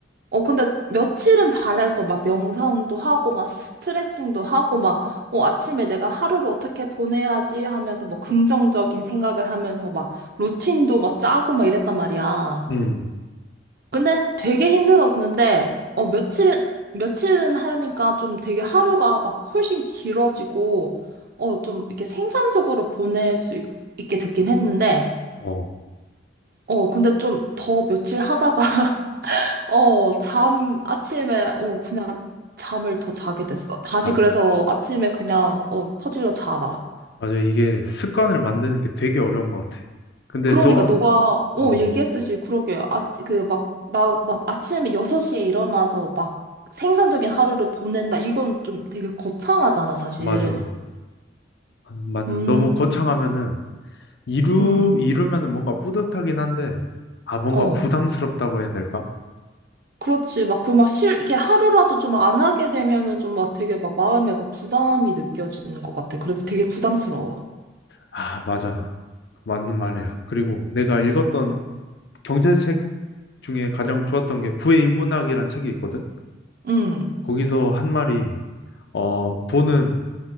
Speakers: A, on the right; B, on the left.
A: 어, 근데 며칠은 잘했어. 막 명상도 하고, 막 스트레칭도 하고, 막, 어, 아침에 내가 하루를 어떻게 보내야지 하면서, 뭐, 긍정적인 생각을 하면서, 막, 루틴도 막 짜고, 막 이랬단 말이야.
B: 음.
A: 근데 되게 힘들었는데, 어, 며칠, 며칠은 하니까 좀 되게 하루가 막 훨씬 길어지고, 어, 좀 이렇게 생산적으로 보낼 수 있- 있게 됐긴 했는데,
B: 어.
A: 어, 근데 좀 더 며칠 하다가, <laughs> 어, 잠, 아침에, 어, 그냥 잠을 더 자게 됐어. 다시
B: 맞.
A: 그래서 아침에 그냥, 어, 퍼질러 자라.
B: 맞아. 이게 습관을 만드는 게 되게 어려운 것 같아. 근데
A: 그러니까
B: 너가
A: 너가 어
B: 어.
A: 얘기했듯이 그러게 아그막나막 아침에 6시에 일어나서 막 생산적인 하루를 보낸다 이건 좀 되게 거창하잖아 사실
B: 맞아. 맞는
A: 음
B: 너무 거창하면은 이루
A: 음
B: 이루면은 뭔가 뿌듯하긴 한데 아 뭔가
A: 어
B: 부담스럽다고 해야 될까?
A: 그렇지 막 그 막 실 이렇게 하루라도 좀 안 하게 되면은 좀 막 되게 막 마음에 막 부담이 느껴지는 것 같아 그래서 되게 부담스러워
B: 아 맞아 맞는 말이야. 그리고 내가 읽었던 경제책 중에 가장 좋았던 게 부의 인문학이란 책이 있거든.
A: 음아
B: 거기서 한 말이 어 돈은